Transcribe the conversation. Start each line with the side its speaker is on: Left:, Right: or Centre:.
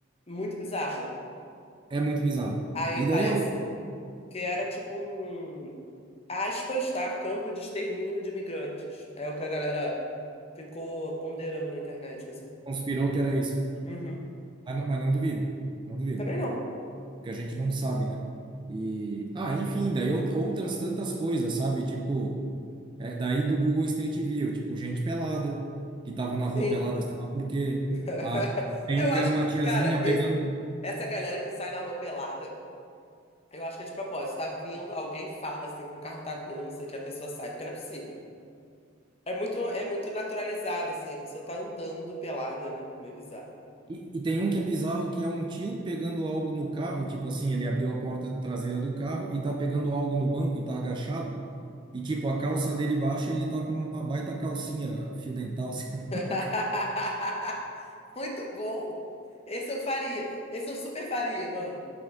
Left: muito bizarro.
Right: é muito bizarro.
Left: Aí
Right: E
Left: parece
Right: daí eu
Left: que era tipo um, aspas, tá? Campo de extermínio de imigrantes. É o que a galera ficou ponderando na internet, assim.
Right: conspirou que era isso.
Left: Uhum.
Right: Mas não, mas não duvido, não duvido.
Left: Também não.
Right: que a gente não sabe, né? E, ah, enfim, daí out- outras tantas coisas, sabe? Tipo, é, daí do Google Street View, tipo, gente pelada, que tava na rua
Left: Sim.
Right: pelada, sei lá por quê.
Left: <laughs>
Right: Ah, tem
Left: Eu
Right: um que
Left: acho,
Right: era uma tiazinha
Left: cara,
Right: pegando.
Left: esse- essa galera que sai na rua pelada, eu acho que é de propósito. Tá vindo, alguém fala assim que o carro tá vindo, não sei o que a pessoa sai, porque não é possível. É muito, é muito naturalizado, assim, a pessoa tá andando pelada, né? Meio bizarro.
Right: E, e tem um que é bizarro, que é um tio pegando algo no carro, tipo assim, ele abriu a porta traseira do carro e tá pegando algo no banco e tá agachado. E, tipo, a calça dele baixa e ele tá com uma baita calcinha, fio dental, <laughs> sei
Left: <laughs>
Right: lá. O
Left: Muito bom. Esse eu faria. Esse eu super faria, mano.